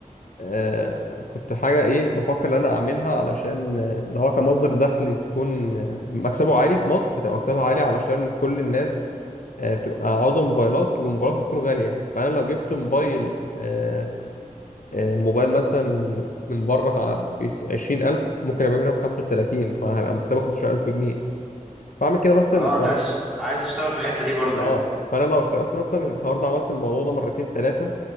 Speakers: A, on the left; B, in the centre.
A: آه كنت حاجة ايه بفكر ان انا اعملها علشان آه، اللي هو كمصدر دخل تكون آه، مكسبه عالي في مصر هتبقى مكسبها عالي علشان كل الناس آه بتبقى عاوزة موبايلات والموبايلات بتكون غالية فانا لو جبت موبايل آه آه موبايل مثلا من بره بعشرين ألف ممكن أبيعه هنا بخمسة وتلاتين فهيبقى مكسبه خمستاشر ألف جنيه فأعمل كده مثلا
B: اه انت عايز عايز تشتغل في الحتة دي برضو
A: اه
B: يعني
A: فانا لو اشتغلت مثلا الحوار ده عملت الموضوع ده مرتين ثلاثه